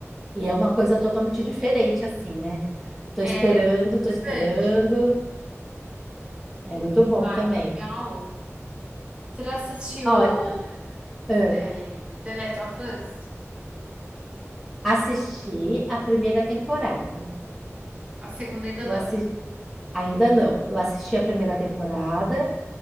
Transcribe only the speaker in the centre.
E é uma coisa totalmente diferente, assim, né? Tô esperando,
tô esperando. É muito bom
também.
Olha, ah,
assisti a primeira temporada.
Eu
assisti, ainda não. Eu assisti a primeira temporada